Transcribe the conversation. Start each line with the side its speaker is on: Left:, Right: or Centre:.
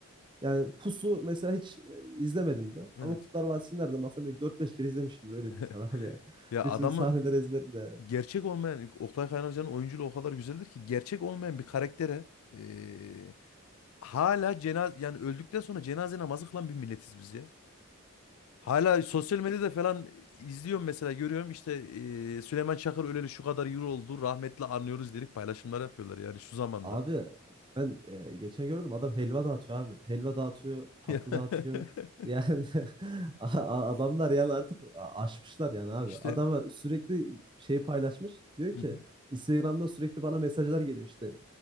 Right: Yani Pusu mesela hiç e, izlemedim de.
Left: Evet.
Right: Ama Kurtlar Vadisi'ni nereden baksam belki dört beş kere izlemişimdir öyle
Left: <laughs>
Right: diyeyim sana abi yani. <laughs>
Left: Ya
Right: Bütün
Left: adamın
Right: sahneleri ezberim de yani.
Left: gerçek olmayan Oktay Kaynarca'nın oyunculuğu o kadar güzeldir ki gerçek olmayan bir karaktere e, hala cenaz yani öldükten sonra cenaze namazı kılan bir milletiz biz ya. Hala sosyal medyada falan izliyorum mesela görüyorum işte e, Süleyman Çakır öleli şu kadar euro oldu rahmetli anlıyoruz diyerek paylaşımlar yapıyorlar yani şu
Right: <laughs>
Left: zamanda.
Right: Abi ben e, geçen gördüm adam helva dağıtıyor abi. Helva dağıtıyor, tatlı
Left: <laughs>
Right: dağıtıyor. Yani <laughs> a- a- adamlar yani artık a- aşmışlar yani abi.
Left: İşte
Right: Adama sürekli şey paylaşmış. Diyor
Left: hı
Right: ki
Left: hı.
Right: Instagram'da sürekli bana mesajlar geliyor işte.